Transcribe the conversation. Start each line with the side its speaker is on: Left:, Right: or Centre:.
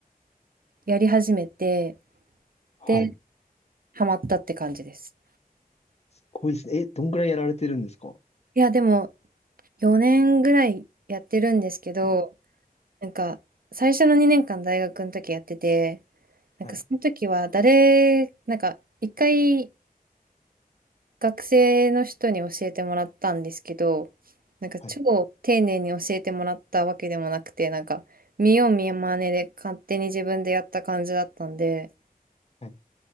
Right: やり始めて、
Left: はい。
Right: で、ハマったって感じです。
Left: すごいですね。え、どんくらいやられてるんですか
Right: いや、でも4年ぐらいやってるんですけど、
Left: え
Right: なんか、最初の2年間大学の時やってて、なんかその時は誰、
Left: はい
Right: なんか一回学生の人に教えてもらったんですけど、なんか超丁寧に教えてもらったわけでもなくて、
Left: はい
Right: なんか見よう見まねで勝手に自分でやった感じだったんで、
Left: はい。